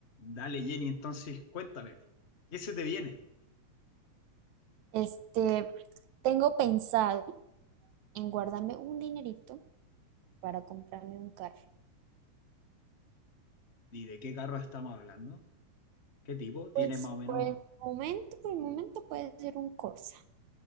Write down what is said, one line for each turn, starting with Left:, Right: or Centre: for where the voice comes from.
Left: Dale, Jenny, entonces cuéntame, ¿qué se te viene?
Right: Este, tengo pensado en guardarme un dinerito para comprarme un carro.
Left: ¿Y de qué carro estamos hablando? ¿Qué tipo? Tiene
Right: Pues
Left: más o menos
Right: por el momento, por el momento puede ser un Corsa,